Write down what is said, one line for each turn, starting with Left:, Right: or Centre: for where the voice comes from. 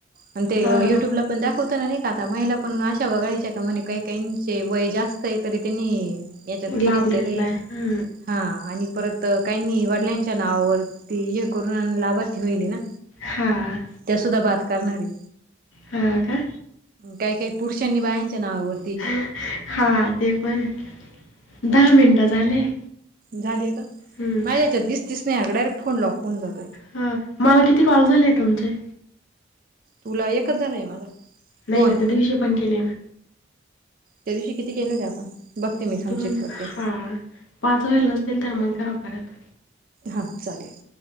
Right: पणं ते,
Left: हां
Right: युट्यूबला पण दाखवताना नाही का? आता महिला पण अशा वगळायच्या का म्हणे? काही काहीचे वय जास्त आहे, तरी त्यांनी याच्यात हे
Left: लाभ
Right: घेतलेलं
Left: घेतलाय
Right: हाय.
Left: हां
Right: हा आणि परत तर काहीनी वडिलांच्या नावावर ती हे करून लाभार्थी होईली ना.
Left: हां.
Right: त्या सुद्धा बाद करणार ए
Left: हा का?
Right: काही काही पुरुषांनी बायांच्या नावावर
Left: <unintelligible> हा ते हाय, दहा मिनटं झाले.
Right: झालेय का?
Left: हं.
Right: माझ्या. याच्यात दिसतीस नाही, डायरेक्ट फोन लॉक होऊन जातो.
Left: हा, मला किती कॉल झालेय तुमचे?
Right: तूला एकच झालाय माझा.
Left: नाही
Right: दोन
Left: ना, त्यादीवसी पण केले ना.
Right: त्या दिवशी किती केल होते आपण? बघते मी
Left: दोन,
Right: थांब चेक करते
Left: हा पाच व्हाय नसतील तर, मग करा परत
Right: हा चालेल.